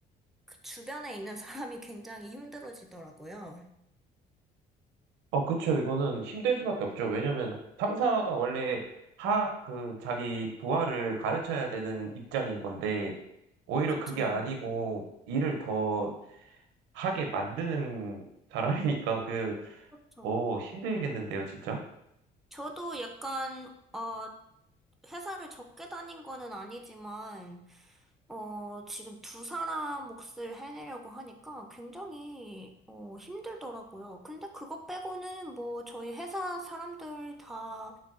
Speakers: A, in the centre; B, on the right.
A: 그 주변에 있는 사람이 굉장히 힘들어지더라고요.
B: 어, 그쵸. 이거는 힘들 수밖에 없죠. 왜냐면 상사가 원래 하, 그, 자기 부하를 가르쳐야 되는 입장인 건데, 오히려
A: 그쵸.
B: 그게 아니고 일을 더 하게 만드는 사람이니까 그,
A: 그쵸.
B: 어, 힘들겠는데요, 진짜?
A: 저도 약간, 어, 회사를 적게 다닌 거는 아니지만, 어, 지금 두 사람 몫을 해내려고 하니까 굉장히, 어, 힘들더라고요. 근데 그거 빼고는 뭐 저희 회사 사람들 다